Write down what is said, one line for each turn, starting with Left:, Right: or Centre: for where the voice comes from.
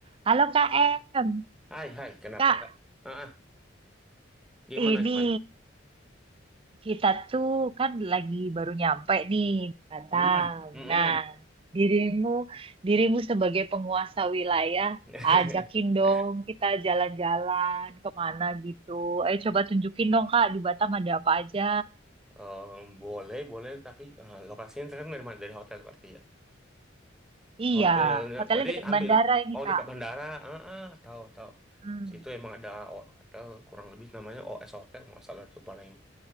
Right: Halo Kak Em,
Centre: Hai, hai, kenapa
Right: Kak
Centre: Kak? Ah, ah, gimana,
Right: ini
Centre: gimana?
Right: kita tuh kan lagi baru nyampe nih Batam.
Centre: Hmm, hmm,
Right: Nah,
Centre: hmm.
Right: dirimu dirimu sebagai penguasa wilayah,
Centre: <laughs>
Right: ajakin dong kita jalan-jalan kemana gitu. Ayo coba tunjukin dong Kak di Batam ada apa aja.
Centre: Em, boleh, boleh, tapi eh, lokasinya kan dari, mana? dari hotel berarti ya.
Right: Iya,
Centre: Hotelnya,
Right: hotelnya
Centre: berarti
Right: dekat
Centre: ambil,
Right: bandara ini
Centre: oh
Right: Kak.
Centre: dekat bandara, ah, ah, tahu, tahu.
Right: Hmm,
Centre: Situ emang ada o- hotel, kurang lebih namanya OS Hotel, nggak salah tuh paling,